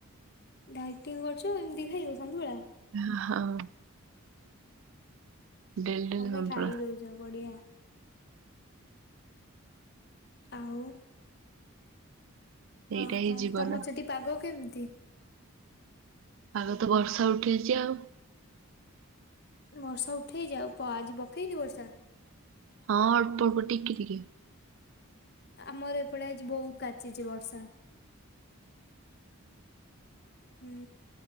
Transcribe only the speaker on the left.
ଡାଇଟିଂ କରୁଛ ଏମିତିି ଖାଇବ ସନ୍ତୁଳା।
ତମେ
ଖାଇ ଦଉଛ ବଢ଼ିଆ। ଆଉ
ଆଉ କଣ
ତମର ସେଠି ପାଗ କେମିତି?
ବର୍ଷା ଉଠେଇଛି ଆଉ ପ ଆଜି ପକେଇନି ବର୍ଷା।
ଆମର ଏପଟେ ଆଜି ବହୁତ କାଚିଛି ବର୍ଷା। ହୁଁ